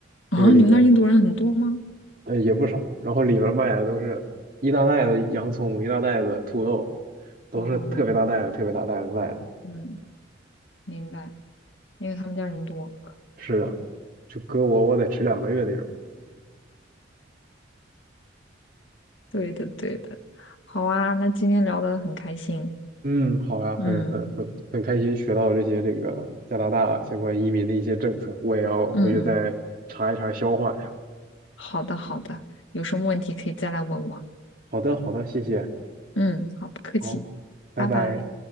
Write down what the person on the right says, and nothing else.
那个里面
呃也不少，然后里面卖的都是一大袋子洋葱，一大袋子土豆，都是特别大袋子特别大袋子卖
是的，就搁我我得吃两个月那种。
嗯，好呀，很很很很开心学到这些这个加拿大相关移民的一些政策，
我也要回去再查一查消化呀。
好的，好的，谢谢，
好，拜拜。